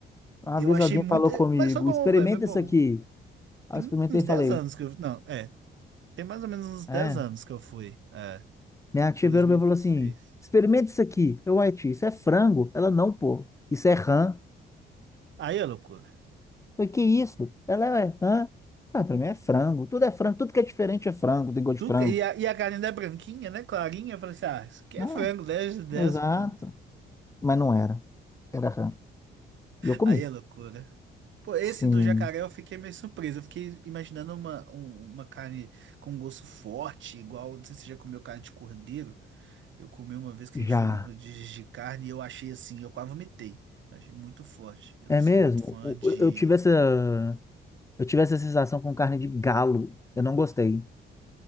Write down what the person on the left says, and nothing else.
Uma
vez
alguém
falou
comigo,
experimenta
isso aqui. Aí
eu experimentei
e
falei,
é.
Minha tia
virou pra mim e falou assim, experimenta isso aqui. Eu, ué, tia, isso é frango? Ela, não, pô. Isso é rã. Eu,
falei, que isso? Ela, é rã? Ah, pra mim é frango. Tudo é frango. Tudo que é diferente é frango. Tem gosto
de frango.
Ah,
exato.
Mas não era. Era rã. E eu comi.
Sim,
já.
É
mesmo?
O-
o- Eu tive essa, eu tive essa sensação com carne de galo. Eu não gostei.